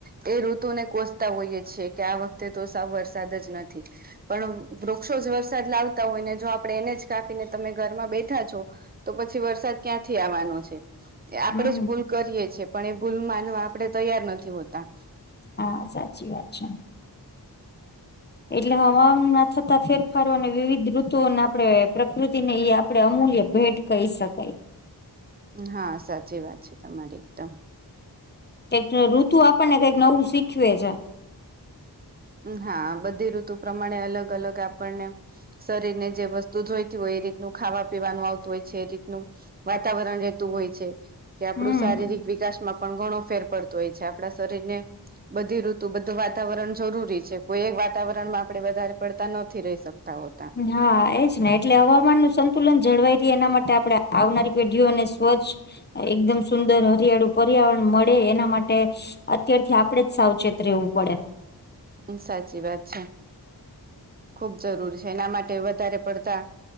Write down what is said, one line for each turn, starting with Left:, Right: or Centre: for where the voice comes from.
Right: એ ઋતુને કોસતા હોઈએ છે કે આ વખતે તો સાવ વરસાદ જ નથી પણ વૃક્ષો જ વરસાદ લાવતા હોય ને જો આપડણે એને જ કાપીને તમે ઘરમાં બેઠા છો તો પછી વરસાદ ક્યાંથી આવવાનો એ આપણેે
Left: હમ
Right: જ ભૂલ કરીએ છીએ પણ એ ભૂલ માનવા આપણે તૈયાર નથી હોતા
Left: હા સાચી વાત છે એટલે હવામાનના થતાં ફેરફારો અને વિવિધ ઋતુઓને આપણે પ્રકૃતિને ઈ આપ આપડે અમૂલ્ય ભેટ કહી શકાય
Right: હા સાચી વાત છે તમારી એકદમ.
Left: હ એક ઋતુ આપણને કઈક નવું શીખવે છે
Right: હા બધી ઋતુ પ્રમાણે અલગ અલગ આપણને શરીર ને જે વસ્તુ જોઈતી હોય એ રીતનું ખાવા પીવાનું આવતું હોય છે એ રીતનું વાતાવરણ રહેતું હોય છે કે આપડું
Left: હમ
Right: શારીરિક વિકાસમાં પણ ઘણો ફેર પડતો હોય છે આપણા શરીર ને બધી ઋતુ બધું વાતાવરણ જરૂરી છે કોઈ એક વાતાવરણમાં આપણે વધારે પડતા નથી રહી શકતા હોતા
Left: હા એજ ને એટલે હવામાન નું સંતુલન જળવાયથી એના માટે આપણે આવનારી પેઢીઓને સ્વચ્છ એકદમ સુંદર હરિયાળુ પર્યાવરણ મળે એના માટે અત્યારથી આપ આપડે જ સાવચેત રહેવું પડે
Right: સાચી વાત છે ખુબ જરૂરી છે એના માટે વધારે પડતા